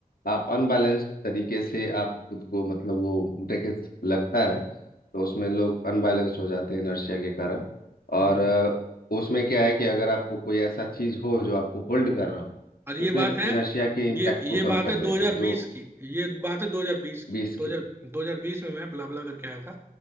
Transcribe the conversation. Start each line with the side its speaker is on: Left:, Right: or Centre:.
Left: आप अनबैलेंस तरीके से आप खुद को मतलब वो ब्रेक लगता है तो उसमें लोग अनबैलेंस हो जाते हैं इनर्शिया के कारण और
Right: हम्म।
Left: अ, उसमें क्या है कि अगर आपको कोई ऐसा चीज हो जो आपको होल्ड कर रहा हो
Right: और ये
Left: तो फिर
Right: बात है
Left: इनर्शिया के इम्पैक्ट
Right: ये
Left: को
Right: ये
Left: कम
Right: बात
Left: कर
Right: है
Left: देगा
Right: 2020
Left: जो
Right: की ये बात है 2020 की
Left: बीस
Right: 2000
Left: की
Right: 2020 में मैं ब्ला ब्ला करके आया था